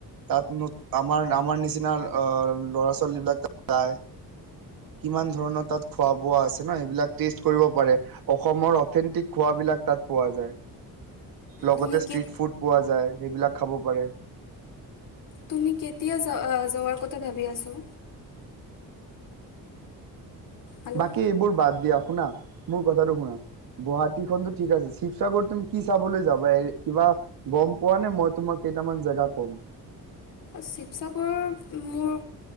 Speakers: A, on the right; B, on the left.
A: তাত ন আমাৰ আমাৰ নিচিনা অ ল'ৰা ছোৱালী বিলাক যায়। কিমান ধৰণৰ তাত খোৱা বোৱা ন, সেইবিলাক টেষ্ট কৰিব পাৰে। অসমৰ অথেণ্টিক খোৱাবিলাক তাত পোৱা যায়। লগতে
B: তুমি
A: ষ্ট্ৰিট
B: কি
A: ফুড পোৱা যায়, সেইবিলাক খাব পাৰে।
B: তুমি কেতিয়া যোৱাৰ কথা ভাবি আছোঁ। হেল্ল'
A: বাকী এইবোৰ বাদ দিয়া শুনা মোৰ কথাটো শুনা। গুৱাহাটীখনতো ঠিক আছে শিৱসাগৰত তুমি কি চাবলৈ যাবা এ কিবা গম পোৱা নে মই তোমাক কেইটামান জেগা ক'ম।
B: শিৱসাগৰ মোৰ